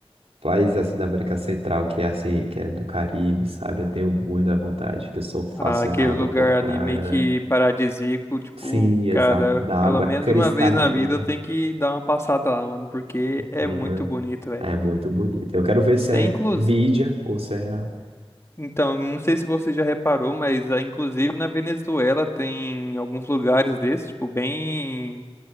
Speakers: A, on the right; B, on the left.
A: países assim da América Central, que é assim, que é do Caribe, sabe? Eu tenho muita vontade, que eu sou fascinado
B: Ah, Aquele lugar
A: por praia,
B: ali meio que
A: né?
B: paradisíaco, tipo,
A: Sim, exato.
B: cara,
A: Da
B: pelo
A: água
B: menos
A: cristalina.
B: uma vez na vida eu tenho que dar uma passada lá, mano, porque é
A: Aham.
B: muito bonito, velho.
A: É muito bonito. Eu quero ver se
B: Tem
A: é
B: inclusive,
A: mídia ou se é real.
B: então, não sei se você já reparou, mas ah, inclusive na Venezuela tem alguns lugares desses, tipo, bem